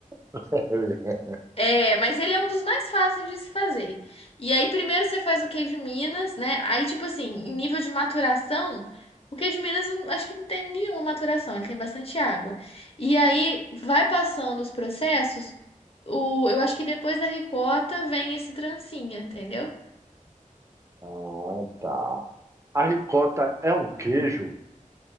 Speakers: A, on the right (about 20°); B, on the left (about 45°).
A: <laughs>
B: É, mas ele é um dos mais fáceis de se fazer. E aí, primeiro você faz o queijo Minas, né? Aí, tipo assim, em nível de maturação, o queijo Minas não- acho que não tem nenhuma maturação, ele tem bastante água. E aí, vai passando os processos, o, eu acho que depois da ricota vem esse trancinha, entendeu?
A: Ah, tá. A ricota é um queijo?